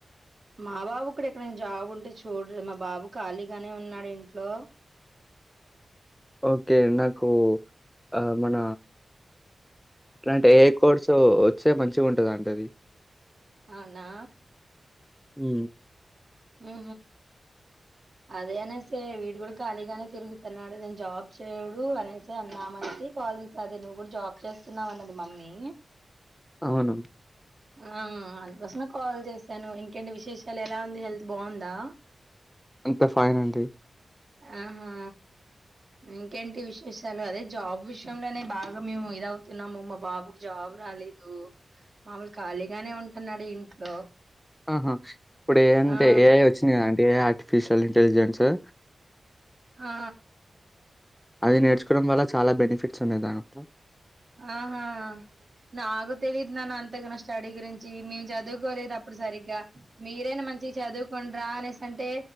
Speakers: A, on the right (about 50°); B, in the centre.
A: మా బాబు కూడా ఎక్కడనా జాబ్ ఉంటే చూడరు మా బాబు ఖాళీగానే ఉన్నాడు ఇంట్లో
B: ఓకే నాకు ఆ మన ఇట్లాంటే ఏ ఐ కోర్సు వచ్చే మంచిగా ఉంటద అంటే అది
A: అవున
B: హ
A: ఉ అదే అనేసే వీడు కూడా ఖాళీగానే తిరుగుతున్నాడు నేను జాబ్ చేయడు అనేసి అన్నామని కాల్ చేసా అదే నువ్వు కూడా జాబ్ చేస్తున్నావ అన్నది మమ్మీ
B: అవును
A: ఆ అందుకోసమే కాల్ చేసాను ఇంకేంటి విశేషాలు ఎలా ఉంది హెల్త్ బాగుందా
B: అంత ఫైన్ ఆంటీ
A: ఆహా ఇంకేంటి విశేషాలు అదే జాబ్ విషయంలోనే బాగా మేము ఇదవుతున్నాము మా బాబుకు జాబ్ రాలేదు మామలు ఖాళీగానే ఉంటున్నాడు ఇంట్లో
B: ఆహా ఇప్పుడు ఏ అంటే
A: ఆ
B: ఏ ఐ వచ్చింది కదా అంటే ఏ ఆర్టిఫిషియల్ ఇంటెలిజెన్స్ అ
A: ఆ
B: అది నేర్చుకోవడం వల్ల చాలా బెనిఫిట్స్ ఉన్నాయి దానిట్లో
A: ఆహా నాకు తెలీదున్నాను అంతగాన్నా స్టడీ గురించి మేము చదువుకోలేదు అప్పుడు సరిగ్గా మీరైనా మంచి చదువుకుండరా అనేసింటే